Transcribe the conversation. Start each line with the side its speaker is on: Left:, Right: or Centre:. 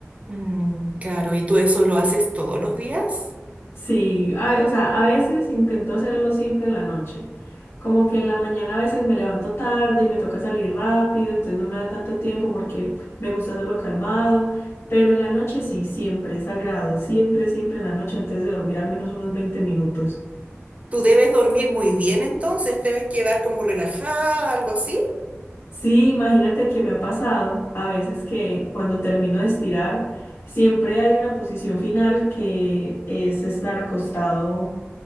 Right: Mm, claro, y tú eso lo haces todos los días.
Left: Sí, a o sea, a veces intento hacerlo siempre en la noche. Como que
Right: Mm.
Left: en la mañana a veces me levanto tarde y me toca salir rápido, entonces no me da tanto tiempo porque me gusta hacerlo calmado, pero en la noche sí, siempre es sagrado, siempre, siempre en la noche antes de dormir al menos unos veinte minutos.
Right: Tú debes dormir muy bien entonces, debes quedar como relajada, algo así.
Left: Sí, imagínate que me ha pasado a veces que cuando termino de estirar, siempre hay una posición final que es estar acostado